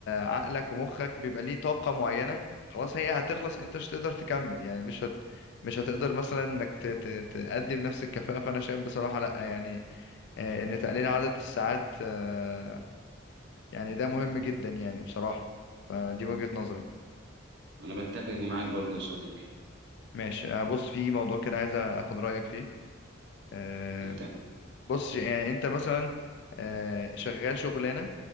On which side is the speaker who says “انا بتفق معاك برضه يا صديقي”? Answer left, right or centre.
Right